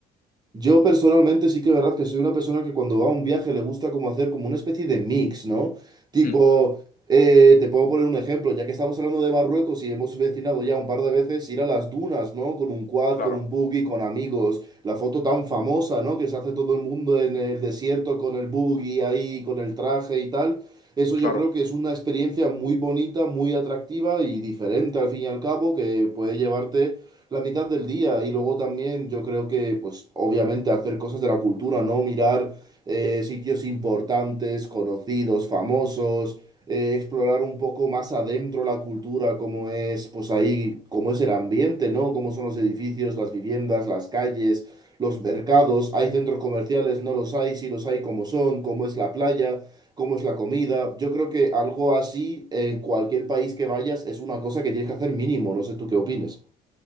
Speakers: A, on the right; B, on the left.
A: Yo personalmente sí que es verdad que soy una persona que cuando va a un viaje le gusta como hacer como una especie de mix, ¿no? Tipo,
B: Mm,
A: eh, te puedo poner un ejemplo, ya que estamos hablando de Marruecos y hemos mencionado ya un par de veces ir a las dunas, ¿no? Con un quad,
B: claro,
A: con un buggy, con amigos, la foto tan famosa, ¿no? Que se hace todo el mundo en el desierto con el buggy ahí, con el traje y tal. Eso yo
B: claro.
A: creo que es una experiencia muy bonita, muy atractiva y diferente al fin y al cabo, que puede llevarte la mitad del día. Y luego también yo creo que, pues obviamente hacer cosas de la cultura, ¿no? Mirar eh, sitios importantes, conocidos, famosos, eh, explorar un poco más adentro la cultura, cómo es, pues ahí, cómo es el ambiente, ¿no? Cómo son los edificios, las viviendas, las calles, los mercados. ¿Hay centros comerciales? ¿No los hay? Si los hay, ¿cómo son? ¿Cómo es la playa? cómo es la comida. Yo creo que algo así en cualquier país que vayas es una cosa que tienes que hacer mínimo. No sé tú qué opines.